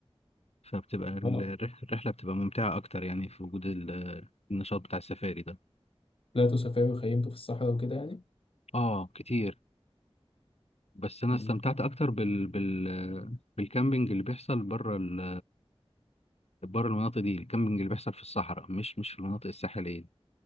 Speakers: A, on the left; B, on the left.
A: فبتبقى ال-
B: اه
A: الرح- الرحلة بتبقى ممتعة أكتر يعني في وجود ال- النشاط بتاع السفاري ده
B: طلعتوا سفاري وخيمتوا في الصحراء وكده يعني؟
A: آه كتير بس انا
B: مم.
A: استمتعت اكتر بال... بال... بالكامبينج اللي بيحصل بره ال... بره المناطق دي الكامبينج اللي بيحصل في الصحراء مش مش في المناطق الساحليه